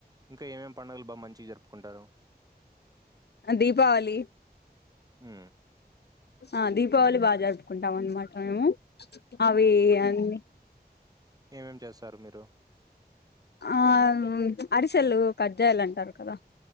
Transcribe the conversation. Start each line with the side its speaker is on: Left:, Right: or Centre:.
Right: ఇంకా ఏమేమి పండగలు బా మంచి జరుపుకుంటారు.?
Left: ఆ దీపావళి.
Right: ఊఉ.
Left: ఆ దీపావళి బా జరుపుకుంటా మన్న్మాట మేము అవి అన్నీ.
Right: ఏమేమ్ చేస్తారు మీరు.?
Left: ఆ అరిసెలు, కాజ్జాలంటారు కదా.